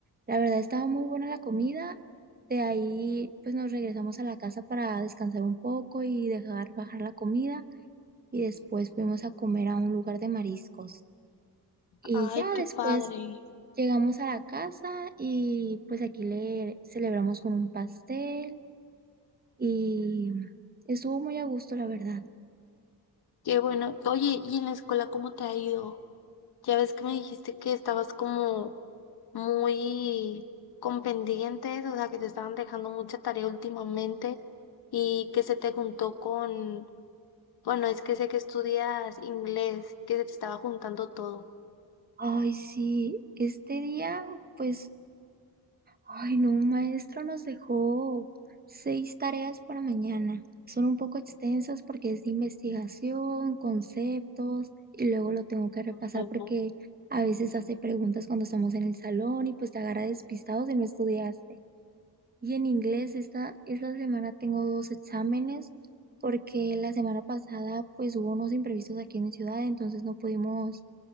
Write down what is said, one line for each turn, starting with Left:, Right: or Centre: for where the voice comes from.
Right: La verdad estaba muy buena la comida. De ahí pues nos regresamos a la casa para descansar un poco y dejar bajar la comida. Y después fuimos a comer a un lugar de mariscos. Y
Left: Ay,
Right: ya
Left: qué
Right: después
Left: padre,
Right: llegamos a la casa y pues aquí le celebramos con un pastel y estuvo muy a gusto, la verdad.
Left: qué bueno. Oye, ¿y en la escuela cómo te ha ido? Ya ves que me dijiste que estabas como muy con pendientes, o sea, que te estaban dejando mucha tarea últimamente y que se te juntó con, bueno, es que sé que estudias inglés, que se te estaba juntando todo.
Right: Ay, sí, este día, pues, ay, no, un maestro nos dejó seis tareas para mañana. Son un poco extensas porque es de investigación, conceptos, y luego lo tengo que repasar
Left: Ay,
Right: porque
Left: no,
Right: a veces hace preguntas cuando estamos en el salón y pues te agarra despistados y no estudiaste. Y en inglés, esta, esta semana tengo dos exámenes porque la semana pasada pues hubo unos imprevistos aquí en mi ciudad, entonces no pudimos